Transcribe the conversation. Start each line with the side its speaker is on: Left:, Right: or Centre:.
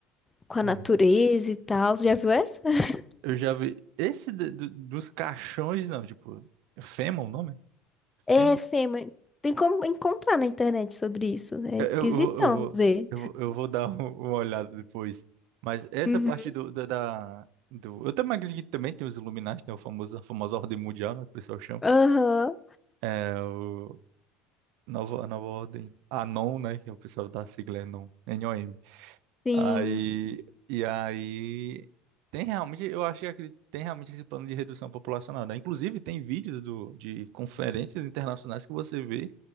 Left: com a
Right: Uhum.
Left: natureza e tal? Já viu essa? <laughs>
Right: Eu já vi. Esse de- do- dos caixões, não, tipo. é Fema o nome?
Left: É,
Right: Fema?
Left: Fê, mas tem como encontrar na internet sobre isso. É
Right: Eu,
Left: esquisitão
Right: eu, vou- eu, vou,
Left: ver.
Right: eu, vou, eu vou dar um- uma olhada depois. Mas essa
Left: Uhum.
Right: parte do, da, da- do. Eu também acredito que também tem os Illuminati, né? O famoso, a famosa ordem mundial, né? Que o pessoal chama.
Left: Aham,
Right: É, o- Nova, nova ordem. Anon, né? Que é o pessoal da sigla é NOM. N-O-M.
Left: sim.
Right: Aí, e aí, tem realmente, eu achei que tem realmente esse plano de redução populacional, né? Inclusive, tem vídeos do, de conferências internacionais que você vê